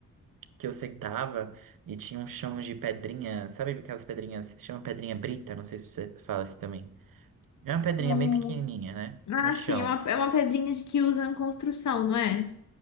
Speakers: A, on the right (about 75°); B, on the left (about 60°).
A: que eu sentava e tinha um chão de pedrinha, sabe aquelas pedrinhas, chama pedrinha brita, não sei se você fala assim também. É uma pedrinha
B: Hum.
A: bem pequenininha, né?
B: Ah,
A: No chão.
B: sim, é uma, é uma pedrinha de que usam em construção, não é?